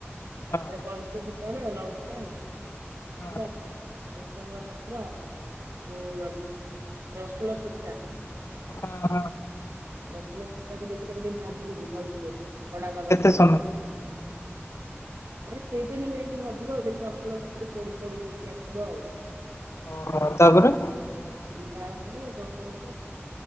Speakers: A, on the left; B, on the right.
A: ହଁ
B: ତାପରେ ପଞ୍ଚ ଫୁଟଣ ଲଙ୍କା
A: ହଁ
B: ଭୂଷଙ୍ଗ ପତ୍ର। ଓ ଆମର ରସୁଣ ଛେଚା।
A: ହଁ ହଁ,
B: ରସୁଣ ଛେଚାକୁ ଦେଇକି ତାକୁ ଟିକେ ଭାଜିବୁ ଭଲସେ କଡା ଭାଗ
A: କେତେ
B: କରିବୁ
A: ସମୟ
B: ଏ ଦି ତିନି ମିନିଟ ଭାଜିବ ଆଉ ଯେମିତି ରସୁଣ ଟା ପୋଡି ପୋଡି ହେଇକି ଆସିବ ଆଉ।
A: ଓହୋ ତାପରେ,
B: ତାପରେ କଣ କରିବ ନା